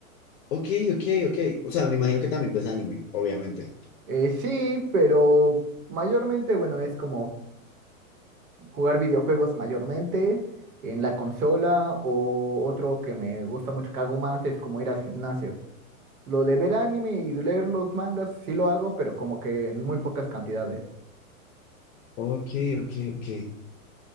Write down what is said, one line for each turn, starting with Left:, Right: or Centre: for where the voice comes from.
Left: Ok, ok, ok. O sea, me imagino que también ves anime, obviamente.
Right: Eh, sí, pero mayormente, bueno, es como jugar videojuegos mayormente en la consola o otro que me gusta mucho que hago más es como ir al gimnasio. Lo de ver anime y leer los mangas sí lo hago, pero como que en muy pocas cantidades.
Left: Ok, ok, ok.